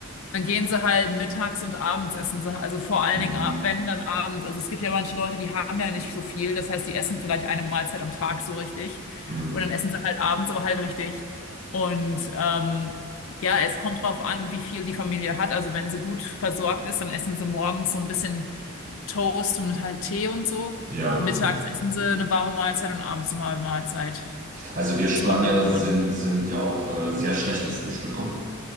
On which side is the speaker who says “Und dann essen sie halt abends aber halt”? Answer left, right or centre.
Left